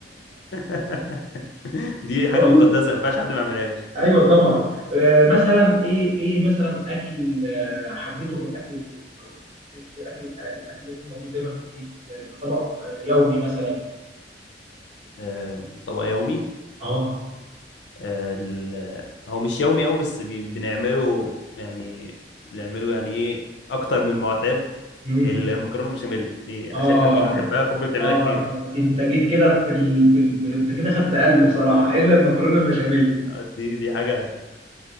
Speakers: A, on the left; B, on the right.
A: <laughs> دي حاجه
B: والله
A: مقدسه ما ينفعش حد ما يعملهاش
B: ايوه طبعا آه مثلا ايه ايه مثلا اكل آه، حبيته من اكل البيت او بتحب اكل آه، الاكل ده يكون موجود دايما في البيت آه، كطبق آه، يومي مثلا
A: آم، طبق يومي
B: اه
A: آه، ال- هو مش يومي قوي بس بي- بنعمله يعني بنعمله يعني ايه اكتر من المعتاد
B: مم.
A: المكرونه بشاميل يعني
B: اه
A: عشان احنا كلنا بنحبها فامي بتعملها
B: اه
A: كتير <laughs> ف-
B: انت جيت كده في ال... في ال... في- انت كده خدت قلبي بصراحه الا المكرونه البشاميل
A: آه، دي دي حاجه